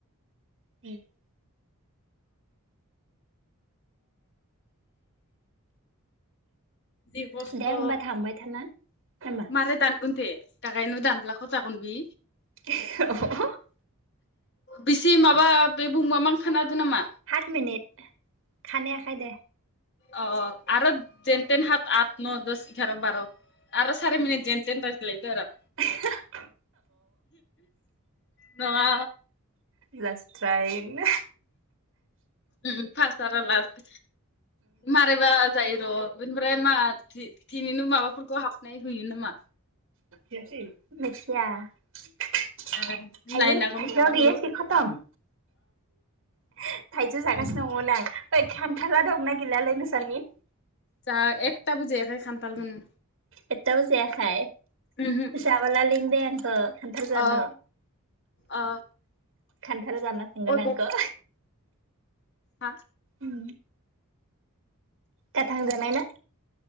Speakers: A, on the right; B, on the left.
A: <unintelligible>
B: जि खस्थ'
A: दे होमबा थांबाय थाना नामा
B: मारै दानगोन दे दागायनो दानब्लाख'खौ जागोन बि
A: <unintelligible>
B: बेसे माबा बे बुंबा मां खानादो नामा
A: हाथ मिनिट खानानायखै दे
B: अ आरो जेनेन हाथ आत न दस एगार' बार' आरो सारि मिनिट जेन जेनथेन रायलायसै आरो
A: <unintelligible>
B: नङा
A: जास थ्रायनो
B: उम फासट आरो लास्ट मारै बा जायो र' बेनिफ्राय मा दिनैनो माबाफोरखौ हाबनाय होयो नामा
A: मिथिया आयु
B: ए नायनांगोन
A: थाइजौया
B: आं
A: गैया
B: र'
A: से कत'म <unintelligible> थाइजु जागासिनो दंमोन आं ओइ खान्थाला दंना गैलालै नोंसानि
B: जाहा एकथाबो जायाखैनो खानथालखोनो
A: एथटाबो जायाखै
B: उमहो
A: जाबोला लिं दे आंखो खान्थाल जान
B: अ अ
A: खान्थाल जानो सोंग
B: अ
A: नांगौ
B: बुं हा
A: उम गाथां जानाय ना